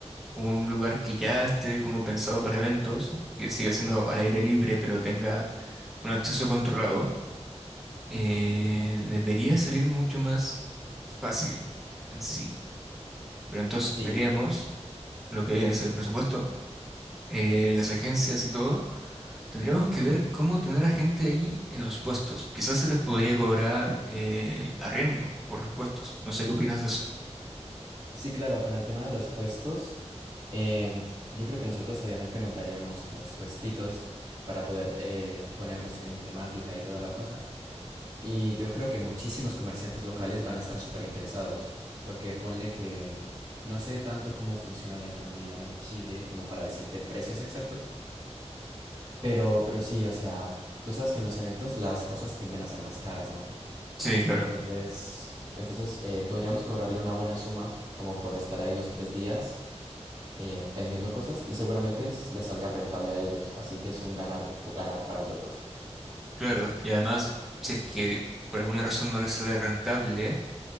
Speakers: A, in the centre; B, on the right.
A: un lugar que ya esté como pensado para eventos, que siga siendo al aire libre, pero tenga un acceso controlado, eh, debería salir mucho más fácil en sí. Pero entonces tendríamos
B: Sí,
A: lo que es el presupuesto, eh, las agencias y todo. Tendríamos que ver cómo tener a gente ahí en los puestos. Quizás se les podría cobrar eh, arriendo por los puestos. No sé qué opinas de eso.
B: sí, claro, con el tema de los puestos, em, yo creo que nosotros obviamente montaríamos los puestitos para poder eh, ponerlos en temática y toda la cosa. Y yo creo que muchísimos comerciantes locales van a estar súper interesados, porque ponle que no sé tanto cómo funciona la economía allá en Chile como para decirte precios exactos, pero, pero sí, o sea, tú sabes que en los eventos las cosas tienden a ser más caras, ¿no?
A: Sí, claro,
B: Entonces, entonces eh, podríamos cobrarle una buena suma como por estar ahí los tres días eh, vendiendo cosas y seguramente es- les salga rentable a ellos, así que es un ganar, ganar para los dos.
A: claro. Y además, si es que por alguna razón no les sale rentable,